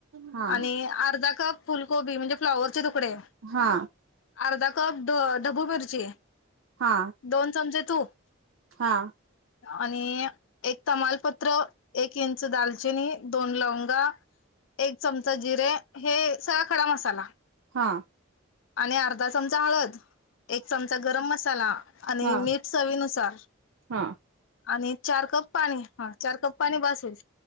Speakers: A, on the right; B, on the left.
A: हा
B: आणि अर्धा कप फुलकोबी म्हणजे फ्लावर चे तुकडे
A: हा
B: अर्धा कप डबू मिरची
A: हा
B: दोन चमचे तूप
A: हा
B: आणि एक तमालपत्र एक इंच दाल चिनी दोन लवंगा एक चमचा जिरे हे सगळा खडा मसाला
A: हा
B: आणि अर्धा चमचा हळद एक चमचा गरम मसाला आणि
A: हा
B: मीठ चवीनुसार
A: हा
B: आणि चार कप पाणी हा चार कप पाणी बास होईल